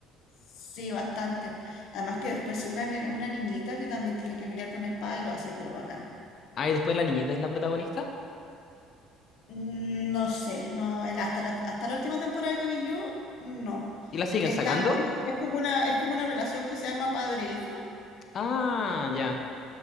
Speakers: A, on the left (about 70°); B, on the left (about 50°).
A: Sí, bastante. Además que después se una, ne- una niñita que también tiene que pelear con espada y lo hace, pero bacán.
B: Ah, y después la niñeta es la protagonista.
A: Mm, No sé, no, el- hasta la, hasta la última temporada que vi yo, no.
B: ¿Y la siguen
A: Están
B: sacando?
A: así, es como una, es como una relación que se arma padre-hijo,
B: Ah, ya.